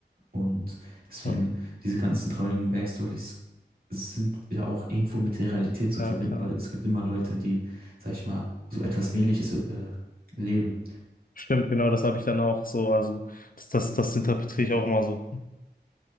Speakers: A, on the right; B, on the left.
A: Und deswegen,
B: Ja,
A: diese ganzen traurigen Backstories sind ja auch irgendwo mit der Realität zu
B: ja,
A: verbinden,
B: klar.
A: weil es gibt immer Leute, die, sag ich mal, so etwas Ähnliches äh, leben.
B: Stimmt, genau, das habe ich dann auch so, also das, das, das interpretiere ich auch immer so.